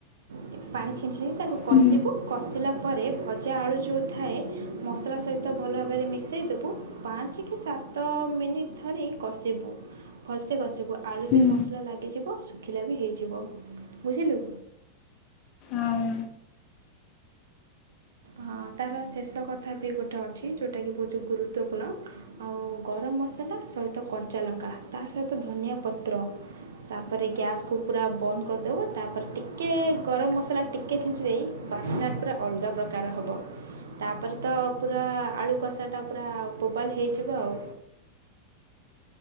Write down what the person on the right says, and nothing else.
ଟିକେ ପାଣି ଛିଞ୍ଚ ଛିଞ୍ଚି ତାକୁ କଷିବୁ,
କଷିଲା ପରେ ଭଜା ଆଳୁ ଯୋଉ ଥାଏ। ମସଲା ସହିତ ଭଲ ଭାବରେ ମିଶେଇ ଦେବୁ, ପାଞ୍ଚ କି ସାତ ମିନିଟ୍ ଧରି କଷିବୁ। ଭଲସେ କଷିବୁ, ଆଳୁରେ
ମସଲା ଲାଗିଯିବ ଶୁଖିଲା ବି ହେଇଯିବ ବୁଝିଲୁ।
ହଁ ତାର ଶେଷ କଥା ବି ଗୋଟେ ଅଛି, ଯୋଉଟା କିି ବହୁତ ଗୁରୁତ୍ୱପୂର୍ଣ୍ଣ। ଆଉ ଗରମ ମସଲା ସହିତ କଞ୍ଚାଲଙ୍କା ତା ସହିତ ଧନିଆ ପତ୍ର। ତାପରେ ଗ୍ୟାସ୍ କୁ ପୁରା ବନ୍ଦ କରିଦବୁ, ତାପରେ ଟିକିଏ ଗରମ ମସଲା ଟିକିଏ ଛିଞ୍ଚି ଦେଇ ବାସ୍ନା ପୁରା ଅଲଗା ପ ପ୍ରକାର ହବ, ତାପରେ ତ ପୁରା ଆଳୁ କଷାଟା ପୁରା ବୋବାଲ୍ ହେଇଯିବ ଆଉ।